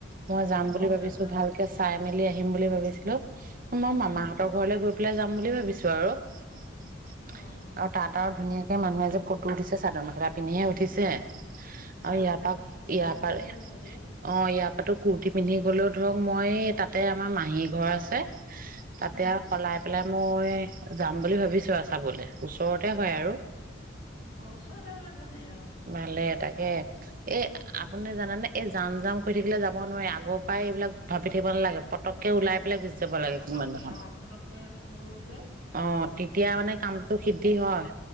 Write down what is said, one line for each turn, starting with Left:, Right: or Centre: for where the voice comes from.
Right: মই যাম
Left: অ'
Right: বুলি ভাবিছো
Left: তাৰপা
Right: ভালকে
Left: অ'
Right: চাই মেলি আহিম বুলি ভাবিছিলো মই মামাহঁতৰ
Left: উম,
Right: ঘৰলৈ গৈ পেলাই যাম বুলি ভাবিছো আৰু। আৰু
Left: অ'।
Right: তাত আৰু ধুনীয়া একে মানুহে যে ফটো উঠিছে চাদৰ খেলা পিন্ধিহে উঠিছে।
Left: চাদৰ
Right: আৰু ইয়াৰ
Left: মেখেলা
Right: পৰা
Left: পিন্ধি চাদৰ
Right: ইয়াৰ
Left: মেখেলা
Right: পৰা
Left: পিন্ধিহে
Right: অ
Left: যাব দিয়ে।
Right: ইয়াৰ পৰাতো কুৰ্তি পিন্ধি গ'লেও ধৰক মই তাতে আমাৰ মাহী ঘৰ আছে তাতে
Left: উম,
Right: আৰু সলাই পেলাই মই যাম বুলি ভাবিছো আৰু চাবলে ওচৰতে হয় আৰু
Left: অ', ওচৰতে হ'লে ভালেই অ'।
Right: ভালে তাকে এ আপুনি জানেনে এই যাম যাম কৈ থাকিলে যাব নোৱাৰি আগৰ পৰাই এইবিলাক ভাবি থাকিব নালাগে পটককে ওলাই পেলাই যাব লাগে
Left: ফটককে
Right: কোনোবাখন
Left: অ' ফটককে হুৰ মুৰকে
Right: অ তেতিয়া মানে কামটো
Left: হয় কিন্তু
Right: সিদ্ধি
Left: কথাটো
Right: হয়